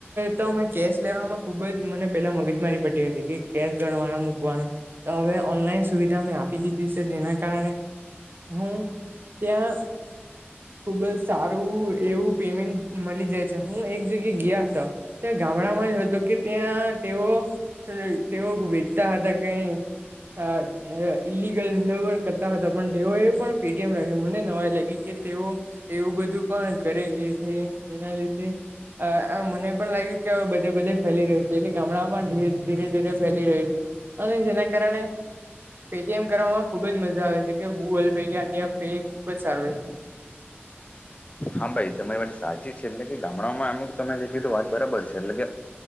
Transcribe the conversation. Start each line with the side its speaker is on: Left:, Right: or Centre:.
Right: તો અમે કેશ લેવામાં ખુબ જ મને પેલા મગજમારી પતી હતી કે કેશ ગણવાના મૂકવાનો. તો હવે ઓનલાઈન સુવિધા મેં આપી દીધી છે જેના કારણે હું ત્યાં ખુબ જ સારું એવું પેમેન્ટ મળી જાય છે હું એક જગ્યા ગયા હતા, ત્યાં ગામડામાં જ હતોું કે ત્યાં તેઓ અને તેઓ વેચતા હતા કઈ આ ઈલિગલ ન પણ કરતાતા પણ તેઓ એ પણ પેડીએમ રાખ્યું મને નવાઈ લાગી કે તેઓ એવું બધું પણ કરે ગ છે એના લીધે. અ મને એ પણ લાગ્યું કેવે બધે બધે ફેલી રહ્યું છે એટલે ગામડામાં ધીરે ધીરે ફેલી રહ્યું છે. અને જેના કારણે પેટીએમ કરવામાં ખુબ જ મજા આવે છે કે ગૂગલ પે કે અન્ય પે ખુબ જ સારું છે.
Left: હા ભાઈ તમારી વાત સાચી છે એટલે કે ગામડાઓમાં અમુક તમે જે કી તો વાત બરાબર છે એટલે કે